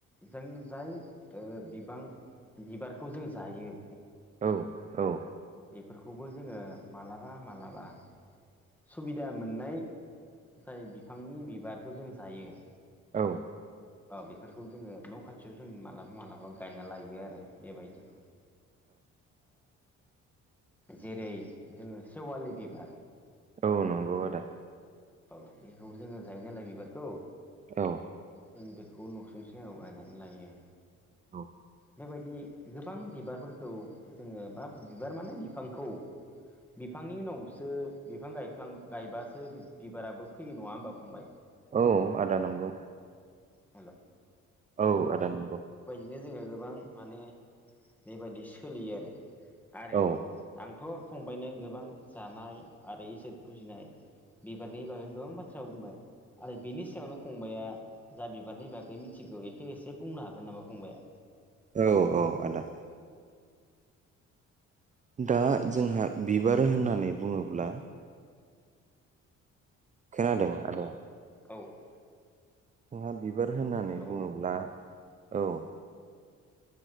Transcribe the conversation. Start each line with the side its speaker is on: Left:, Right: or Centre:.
Centre: जों जाय बिबां बिबारखौ जों जायो।
Right: औ। औ।
Centre: बेफोर खौबो जोङो मालाबा मालाबा सुबिदा मोननाय जाय बिफांनि बिबारखौ जों जायो।
Right: औ।
Centre: औ बेफोरखौ जोङो न' खाथियाव जों मालाबा मालाबा गायना लायो आरो‌। बेबायदि ओ। जेरै जोङो सेवालि बिबार
Right: औ नोंगौ आदा।
Centre: औ बेखौबो जोङो जायो नालाय बिबारखौ।
Right: औ।
Centre: जों बेखौ न'सुं सेराव गायनानै लायो।
Right: औ।
Centre: बेबायदि गोबां बिबारफोरखौ जोङो बा बिबार माने बिफांखौ बिफांनि उनावसो बिफां गायफ्लां गायबासो बि बिबाराबो फैयो नङा होनबा फंबाय?
Right: औ आदा नंगौ।
Centre: हेल'।
Right: औ आदा नंगौ।
Centre: फाय जोङो गोबां माने बेबायदि सोलियो आरो। आरो
Right: औ
Centre: आंथ' फंबायनो गोबां जानाय आरो इसोर फुजिनाय बिबारनि बागै गोबां बाथ्रा बुंबाय। आरो बेनि सायावनो फं बाइया जा बिबारनि बाखै मिथिगौ ए खो एसे बुंनो हागोन नामा फंबाया?
Right: औ औ आदा। दा जोंहा बिबार होननानै बुङोब्ला खोनादों आदाया?
Centre: औ
Right: <unintelligible> बिबार होननानै
Centre: हेल'
Right: बुङोब्ला औ।